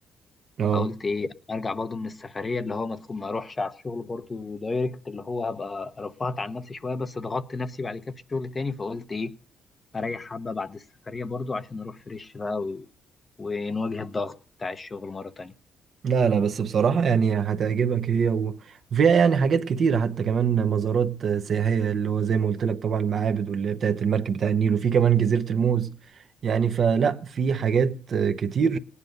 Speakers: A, on the right; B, on the left.
A: اه
B: فقلت ايه ارجع برضو من السفريه اللي هو ما تكون ما اروحش على الشغل برضو دايركت اللي هو هبقى رفعت عن نفسي شويه بس ضغطت نفسي بعد كده في الشغل تاني فقلت ايه اريح حبه بعد السفريه برضو عشان اروح فريش بقى و... ونواجه الضغط بتاع الشغل مره تانيه
A: لا لا بس بصراحة يعني هتعجبك هي و- وفيها يعني حاجات كتيرة حتى كمان مزارات سياحية اللي هو زي ما قلت لك طبعا المعابد واللي هي بتاعت المركب بتاع النيل وفي كمان جزيرة الموز يعني فلا في حاجات كتير